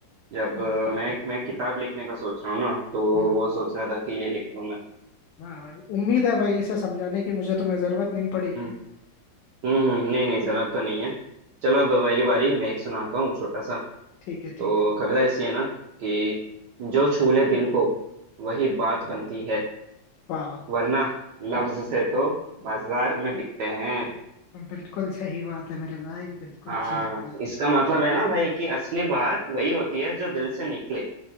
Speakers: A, on the right; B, on the left.
A: जब अ,
B: बिल्कुल
A: मैं मैं किताब लिखने का सोच रहा हूँ ना तो
B: हम्म
A: वो सोच रहा था कि ये लिख लूँ मैं
B: हाँ भाई उम्मीद है भाई इसे समझाने की मुझे तुम्हें जरूरत नहीं पड़ेगी
A: हम्म हम्म हम्म, नहीं नहीं जरूरत तो नहीं है चलो अब मेरी बारी मैं एक सुनाता हूँ छोटा सा
B: ठीक है ठीक
A: तो
B: है
A: कविता ऐसी है ना कि जो छू ले दिल को वही बात बनती है
B: वाह वाह
A: वरना लफ्ज से तो बाजार में बिकते हैं
B: बिल्कुल सही बात है मेरे भाई बिल्कुल
A: हाँ
B: सही बात
A: इसका मतलब है ना भाई कि असली बात वही होती है जो दिल से निकले